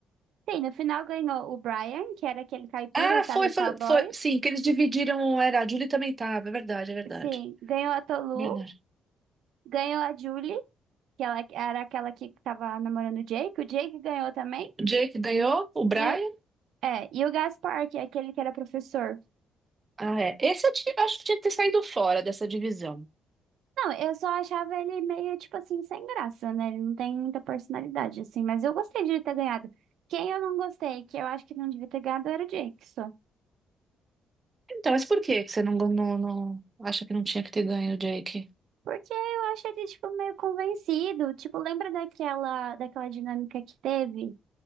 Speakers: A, on the right; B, on the right.
A: Sim, no final ganhou o Brian, que era aquele caipira,
B: Ah,
A: sabe,
B: foi,
A: o
B: foi,
A: cowboy.
B: foi, sim, que eles dividiram, era, a Julie também tava, é verdade, é verdade,
A: Sim, ganhou a Tolu,
B: é verdade.
A: ganhou a Julie, que ela era aquela que tava namorando o Jake. O Jake ganhou também.
B: O Jake ganhou, o Brian
A: E o, é, e o Gaspar, que é aquele que era professor.
B: Ah, é. Esse eu ti- acho que tinha que ter saído fora dessa divisão.
A: Não, eu só achava ele meio, tipo assim, sem graça, né? Ele não tem muita personalidade, assim. Mas eu gostei de ele ter ganhado. Quem eu não gostei, que eu acho que não devia ter ganhado, era o Jake só.
B: Então, mas por que que você não, não, não- acha que não tinha que ter ganho o Jake?
A: Porque eu acho ele, tipo, meio convencido. Tipo, lembra daquela, daquela dinâmica que teve?